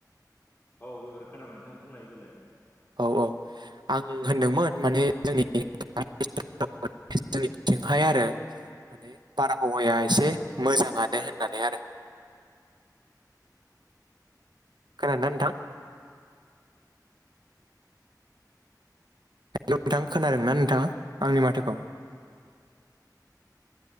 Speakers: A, on the left; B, on the right.
A: औ एबार खोनाबाय नोंथां बुंलाय देलाय
B: औ औ आंङो होनदोंमोन माने जोंनि <unintelligible> <unintelligible> जोंनिथिथिंहाय आरो माने बारहावाया एसे मोजाङानो होननानै आरो।
A: <inaudible>
B: खोनादोना नोंथां? हेल' नोंथां खोनादों ना नोंथाङा आंनि माथोखौ?